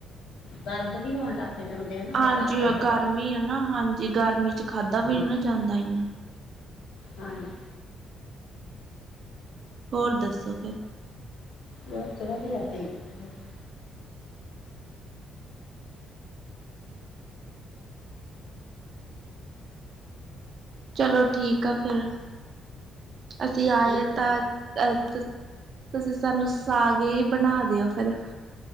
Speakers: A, on the left; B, on the right.
A: ਦਰਦ ਵੀ ਹੋਣ ਲੱਗ ਜਾਂਦੇ ਆ ਨਾ
B: ਹਾਂਜੀ
A: ਬਾਹਲਾ ਖਾਧੇ ਦਾ
B: ਗਰਮੀ ਹੈ ਨਾ ਹਾਂਜੀ ਗਰਮੀ ਚ ਖਾਂਧਾ ਵੀ
A: ਹਾਂਜੀ
B: ਨੀ ਨਾ ਜਾਂਦਾ ਇਨਾ।
A: ਹਾਂਜੀ।
B: ਹੋਰ ਦੱਸੋ ਫੇਰ?
A: ਬਸ ਵਧੀਆ ਠੀਕ ਠਾਕ।
B: ਚਲੋ ਠੀਕ ਆ ਫੇਰ ਅਸੀਂ ਆਏ
A: ਠੀਕ
B: ਤਾਂ
A: ਹੈ
B: ਅ ਤੁਸੀਂ ਸਾਨੂੰ ਸਾਗ ਹੀ ਬਣਾ ਦਿਓ ਫੇਰ।